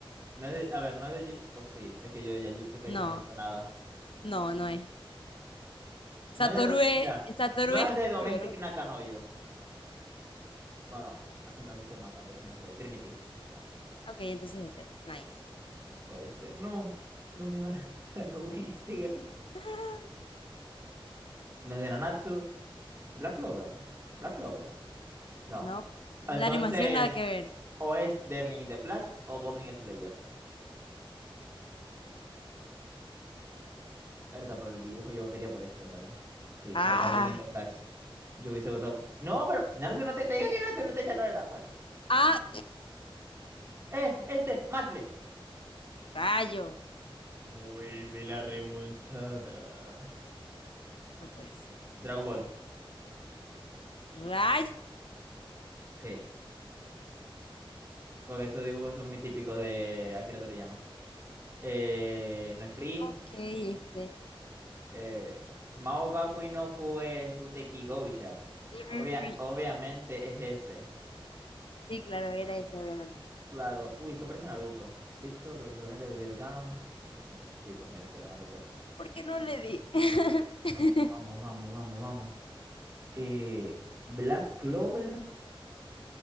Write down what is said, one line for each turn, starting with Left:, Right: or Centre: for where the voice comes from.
Right: No es de, a ver, no es de... Yu- O sí, es que yo de Jujutsu Kaisen
Left: No,
Right: no he visto nada.
Left: no, no es.
Right: No
Left: Satoru
Right: es de... Do-
Left: es,
Right: Mira,
Left: Satoru
Right: no
Left: es
Right: es de Domestic
Left: rubio, ¿no?
Right: Nakanoyo. Bueno, es que no he visto el manga, entonces no sé. Trinity. No,
Left: Ok, entonces este. Nice.
Right: no puede ser. No, no me van a matar, no voy a ser.
Left: <laughs>
Right: No es de Nanatsu. Black Clover. Black Clover. No.
Left: No, la
Right: Entonces,
Left: animación nada que ver.
Right: o es Darling in the Flags o Goblin Slayer. Verdad, por el dibujo yo votaría por este, en verdad. Sí,
Left: Ah,
Right: por Darling in the Flags. Yo hubiese votado. No, pero Naruto no te, te dije que Naruto no te dice no era. Bueno, en fin.
Left: ah,
Right: Eh, este, Mashle.
Left: rayo.
Right: Vuelve la remontada.
Left: No puede ser.
Right: Dragon Ball.
Left: Rayo.
Right: Sí. Porque esos dibujos son muy típicos de Akira Toriyama. Eh, no es free.
Left: Ok, este.
Right: Eh, Mao Gakui no Fue Futeki Gousha.
Left: <clears throat>
Right: Obvia,
Left: mm,
Right: obviamente es ese.
Left: Sí, claro, era ese, obviamente.
Right: Claro. Uy, esto parece Naruto. Víctor, Doctor Lente, Detective Canon. Sí, pues mira, si era Naruto.
Left: ¿Por qué no le di? <laughs>
Right: Vamos, vamos, vamos, vamos, vamos. Eh, Black Clover.